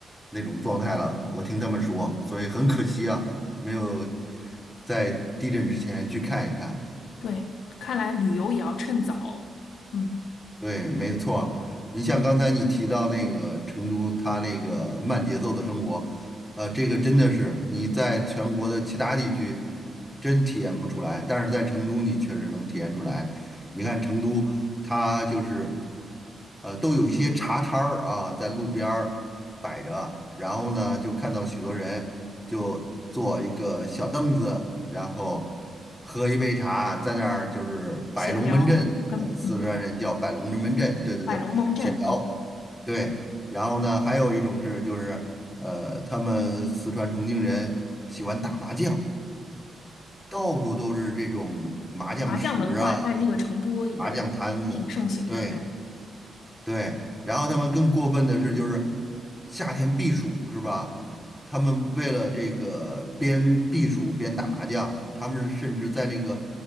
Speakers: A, in the centre; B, on the left.
A: 那种状态了。我听他们说，所以很可惜啊，没有在地震之前去看一看。
B: 对，看来旅游也要趁早。嗯，
A: 对，没错儿。你像刚才你提到那个成都，它那个慢节奏的生活，呃，这个真的是你在全国的其他地区真体验不出来，但是在成都你确实能体验出来。你看成都，它就是。呃，都有一些茶摊儿啊，在路边儿摆着，然后呢，就看到许多人就坐一个小凳子，然后喝一杯茶，在那儿就是摆龙门阵，
B: 闲聊跟嗯，
A: 我们四川人叫摆龙门阵，对对对，
B: 摆龙门阵哦，
A: 闲聊，对，然后呢，还有一种是就是呃，他们四川重庆人喜欢打麻将，到处都是这种麻将石啊，
B: 麻将文化在那个成都呃
A: 麻将摊子，
B: 挺盛行的。
A: 对。
B: 对，
A: 对，然后他们更过分的是，就是夏天避暑是吧？他们为了这个边避暑边打麻将，他们甚至在那个